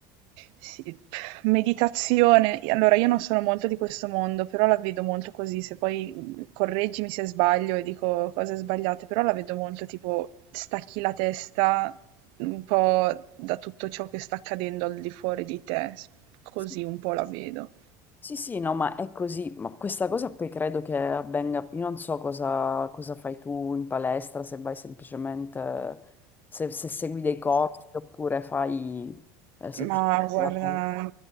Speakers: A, on the right; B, on the left.
A: sì, meditazione. Allora, io non sono molto di questo mondo, però la vedo molto così, se poi correggimi se sbaglio e dico cose sbagliate, però la vedo molto tipo stacchi la testa un po' da tutto ciò che sta accadendo al di fuori di te, s- così
B: Sì,
A: un po' la vedo.
B: sì, sì, no, ma è così. Ma questa cosa poi credo che avvenga. Io non so cosa, cosa fai tu in palestra, se vai semplicemente, se, se segui dei corsi oppure fai eh, semplicemente
A: Ma guarda,
B: la palestra.